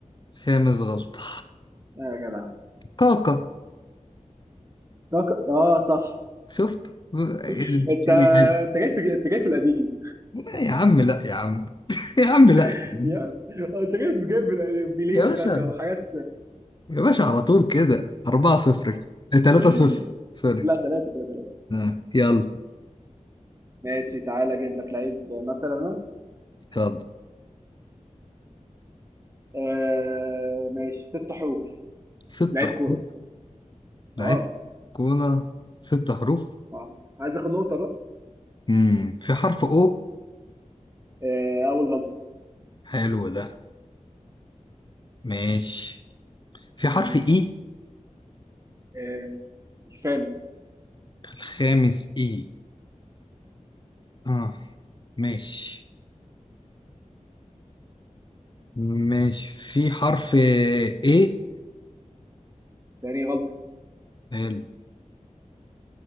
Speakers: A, on the left; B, on the right.
A: خامس غلطة
B: آه يا جدع
A: كاكا
B: كاك- اه صح
A: شفت <laughs>
B: <laughs> انت انت
A: يعني
B: جاي في انت جاي في القديم
A: يا عم لا يا عم <laughs> يا عم لا
B: <laughs>
A: يا عم
B: يا آه، انت جاي في جاي في القديم. بيليه
A: يا
B: وكاكا
A: باشا
B: وحاجات
A: يا باشا على طول كده 4 0 3
B: <laughs>
A: 0 سوري
B: لا ثلاثه كده ثلاثه
A: آه. يلا
B: ماشي تعالى اجيب لك لعيب مثلا انا
A: يلا
B: آه ماشي ست حروف
A: ست
B: لعيب كوره
A: حروف لعيب
B: اه
A: كوره ست حروف
B: آه. عايز اخد نقطه بقى
A: امم في حرف او
B: آه اول غلطه
A: حلو ده ماشي في حرف
B: مم.
A: اي
B: آه. الخامس
A: الخامس اي اه ماشي ماشي في حرف ايه
B: تاني غلطه
A: حلو